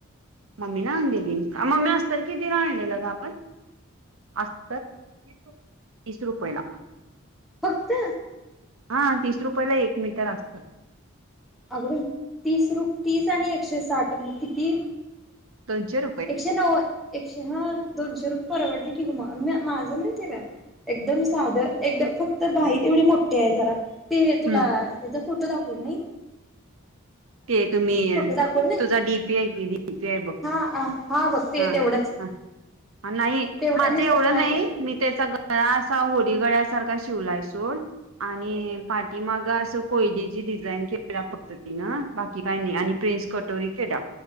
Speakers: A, on the right (about 85°); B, in the centre.
A: मम्मी ना अ मम्मी अस्तर कितीला आणलेलं ग आपण अस्तर तीस रुपयेला
B: फक्त
A: हा तीस रुपयाला एक मीटर अस्तर
B: अग बाई तीस रु तीस आणि एकशे साठ मग किती
A: दोनशे रुपये
B: एकशे नव्द एकशे ह दोनशे रुपये परवडले की ग मग माझं माहती आहे का एकदम साधं एकदम फक्त बाहीत एवढी मोठी आहे जरा ते
A: हम्म
B: तुला त्याच कुठं दाखवून म
A: ते तुम्ही
B: दाखवून नाही
A: तुझा डीपी आहे कि डीपी आहे बघ
B: हा बघ ते
A: हा
B: तेवढंच
A: ह नाही
B: तेवढं
A: माझं
B: नुसतं
A: एवढं
B: भाई
A: नाही मी त्याचा गळा असा होडीगळ्या अस सारखा शिवलाय सोड आणि पाठीमाग असं कोयलीची डिझाईन केळल्या फक्त तिन बाकी काय नाही आणि प्रिन्स कटोरी खेडा